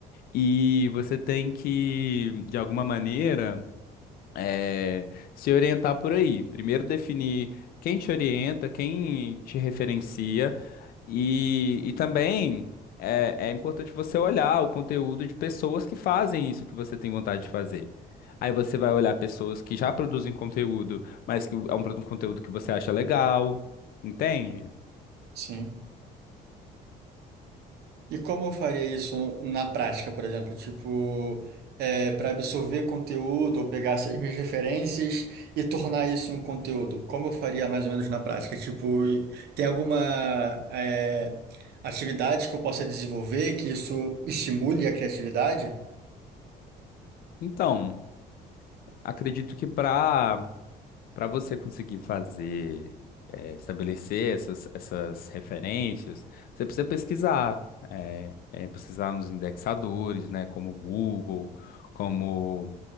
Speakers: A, on the left (about 60°); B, on the right (about 70°).
A: E você tem que, de alguma maneira, é, se orientar por aí. Primeiro definir quem te orienta, quem te referencia e, e também é, é importante você olhar o conteúdo de pessoas que fazem isso que você tem vontade de fazer. Aí você vai olhar pessoas que já produzem conteúdo, mas que é um produ- um conteúdo que você acha legal, entende?
B: Sim. E como eu faria isso na prática, por exemplo? Tipo, para absorver conteúdo ou pegar essas minhas referências e tornar isso em um conteúdo? Como eu faria mais ou menos na prática? Tipo, e- tem alguma é, atividade que eu possa desenvolver que isso estimule a criatividade?
A: Então, acredito que para Para você conseguir fazer, eh, estabelecer essas, essas referências, você precisa pesquisar, eh, eh, pesquisar nos indexadores, né, como Google, como